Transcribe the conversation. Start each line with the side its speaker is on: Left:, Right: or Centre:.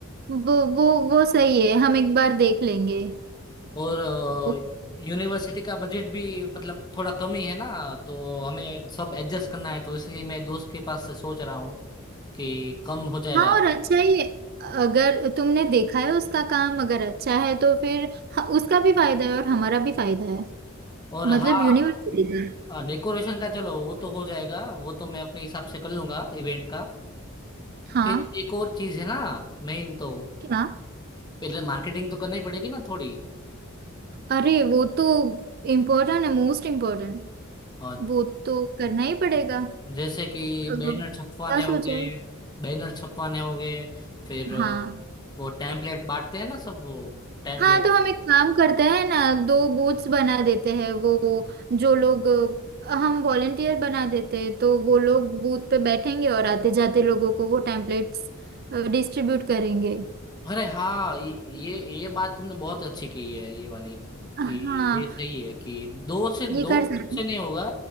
Right: वो वो वो सही है हम एक बार देख लेंगे
Left: और
Right: ओ-
Left: यूनिवर्सिटी का बजट भी मतलब थोड़ा कम ही है ना तो हमें सब एडजस्ट करना है तो इसलिए मैं दोस्त के पास से सोच रहा हूँ कि कम हो जाएगा
Right: हाँ और अच्छा ही है अगर तुमने देखा है उसका काम अगर अच्छा है तो फिर ह- उसका भी फायदा है और हमारा भी फायदा है
Left: और
Right: मतलब
Left: हाँ
Right: यूनिवर्सिटी का
Left: डेकोरेशन का चलो वो तो हो जाएगा वो तो मैं अपने हिसाब से कर लूंगा इवेंट का
Right: हाँ
Left: फिर एक और चीज है ना मेन तो
Right: क्या
Left: पहले मार्केटिंग तो करनी पड़ेगी ना थोड़ी
Right: अरे वो तो इम्पोर्टेंट है मोस्ट इम्पोर्टेंट
Left: और
Right: वो तो करना ही पड़ेगा
Left: जैसे कि
Right: अ,
Left: बैनर छपवाने
Right: क्या
Left: हो
Right: सोचा
Left: गए
Right: है
Left: बैनर छपवाने हो गए फिर अ,
Right: हाँ
Left: वो टेम्पलेट बांटते हैं ना सब वो टेम्पलेट
Right: हाँ तो हम एक काम करते हैं ना दो बोट्स बना देते हैं वो जो लोग अ, हम वॉलेंटियर बना देते हैं तो वो लोग बूथ पे बैठेंगे और आते जाते लोगों को वो टेम्पलेट्स डिस्ट्रीब्यूट करेंगे
Left: अरे हाँ ये ये ये बात तुमने बहुत अच्छी की है ये वाली
Right: हाँ
Left: कि ये सही है कि दो से
Right: ये
Left: दो
Right: कर सकते
Left: से
Right: हैं
Left: नहीं होगा